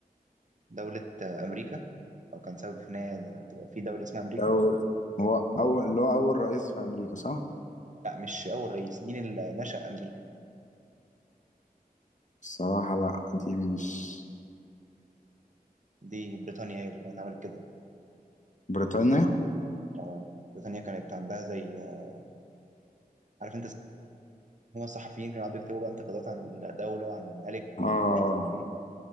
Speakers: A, on the right; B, on the left.
A: دوله آه، امريكا او كان سبب في ان هي تبقى في دوله اسمها امريكا
B: دول هو اول اللي هو اول رئيس في امريكا صح
A: لا مش أول رئيس مين اللي نشأ أمريكا
B: الصراحة لا دي مش
A: دي بريطانيا هي اللي كانت عملت كده
B: بريطانيا
A: آه، بريطانيا كانت عندها زي آه، عارف أنت هما الصحفيين كانوا قعدوا يكتبوا بقى انتقادات عن الدولة وعن الملك
B: اه
A: وعن مش عارف إيه